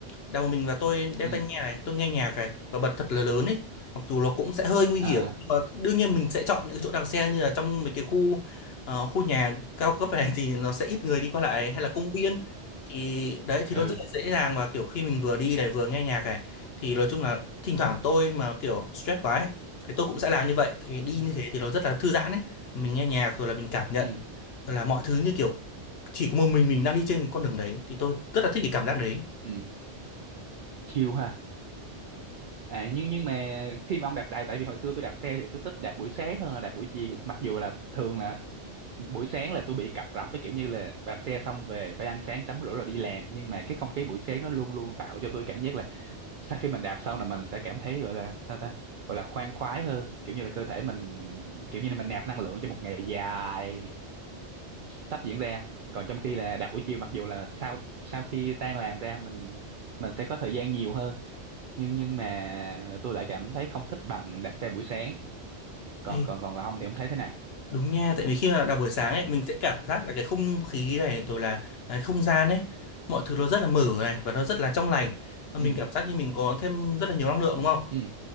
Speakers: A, on the left; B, on the right.
A: đeo một mình và tôi đeo
B: ừ
A: tai nghe này tôi nghe nhạc này và bật thật là lớn ấy mặc dù nó cũng sẽ hơi nguy
B: à
A: hiểm nhưng mà đương nhiên mình sẽ chọn những cái chỗ đạp xe như là trong mấy cái khu ờ, khu nhà cao cấp này thì nó sẽ ít người đi qua lại hay là công viên thì đấy thì
B: ừ
A: nó rất là dễ dàng và kiểu khi mình vừa đi này vừa nghe nhạc này thì nói chung là thỉnh thoảng tôi mà kiểu stress quá ấy thì tôi cũng sẽ làm như vậy tại vì đi
B: ừ
A: như thế thì nó rất là thư giãn ấy mình nghe nhạc rồi là mình cảm nhận
B: ừ
A: rồi là mọi thứ như kiểu chỉ có một mình mình đang đi trên con đường đấy thì tôi rất là thích cái cảm giác đấy
B: ừ chiều ha à nhưng nhưng mà khi mà ông đạp tại tại vì hồi xưa tôi đạp xe thì tôi thích đạp buổi sáng hơn là đạp buổi chiều mặc dù là thường là buổi sáng là tôi bị cập rập cái kiểu như là đạp xe xong về phải ăn sáng tắm rửa rồi đi làm nhưng mà cái không khí buổi sáng nó luôn luôn tạo cho tôi cảm giác là sau khi mình đạp xong là mình sẽ cảm thấy gọi là sao ta gọi là khoan khoái hơn kiểu như là cơ thể mình kiểu như là mình nạp năng lượng cho một ngày dài sắp diễn ra còn trong khi là đạp buổi chiều mặc dù là sau sau khi tan làm ra mình mình sẽ có thời gian nhiều hơn nhưng nhưng mà tôi lại cảm thấy không thích bằng đạp xe buổi sáng còn
A: Ê,
B: còn còn ông thì ông thấy thế nào
A: Đúng nha, tại vì khi mà đọc buổi sáng ấy, mình sẽ cảm giác là cái không khí này rồi là cái không gian ấy, mọi thứ nó rất là mở này và nó rất là trong lành. Và
B: ừ
A: Mình cảm giác như mình có thêm rất là nhiều năng lượng đúng không?
B: ừ